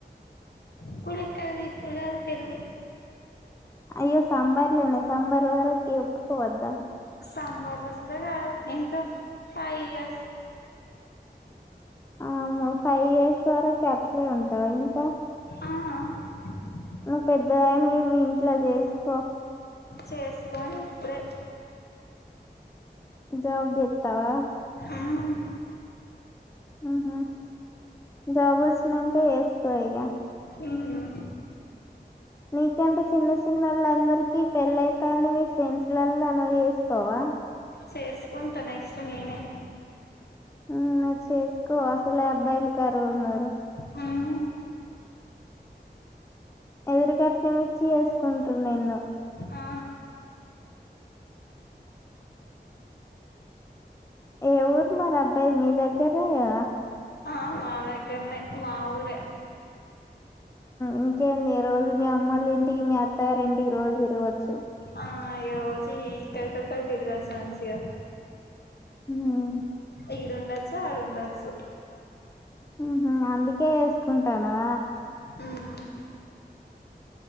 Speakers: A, on the left; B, on the left.
A: ఇప్పుడేక్కడిది ఇప్పుడు కాదు పేళ్లి
B: అయ్యో సామ్మర్ లోనే సామ్మర్ వరకిఒప్పు కోద్దా
A: సమ్మెర్ లో అస్సల కాదు. ఇంకా? ఫై ఇయర్స్
B: ఆ ఫైవ్ ఇయర్స్ వరకు అట్లే ఉంటావా ఇంకా
A: హా..
B: ను పెద్దదానివి మీ ఇంట్లో చేసుకో
A: చేసుకొను ఇప్పుడే
B: జాబ్ చేత్తావా?
A: హమ్
B: ఉహ్మ్. జాబ్ వొచ్చినంక ఎస్కొ ఇగ.
A: హమ్
B: నీకంటే చిన్న చిన్న వాళ్ళందరికీ పెళ్ళైతంది. మీ ఫ్రెండ్స్లలో నువు చేసుకోవా?
A: చేసుకుంట నెక్స్ట్ నేనే.
B: ఉ ఇక చేసుకో అసలే అబ్బాయిలు కరువు ఉన్నారు
A: మ్మ్
B: ఎదురు కట్నంమిచ్చి వేసుకుంటరు నిన్ను
A: ఆ
B: ఏ ఊరు మరి అబ్బాయిది మీ దగ్గరనే కద
A: ఆ మాదగ్గరనే మావూరె
B: ఇంకేడి రోజు మీ అమ్మళ్ల ఇంటికి మీ అత్తగారు ఇంటికి రోజు తిరగవచ్చు
A: ఆ ఏ రోజు ఈ కలికక్కదిర్గాచ్చు మంచిగా
B: మ్మ్
A: ఈడుండచ్చ ఆడుండోచ్చు
B: మ్మ్ అందుకే వేసుకుంటానా
A: ఉమ్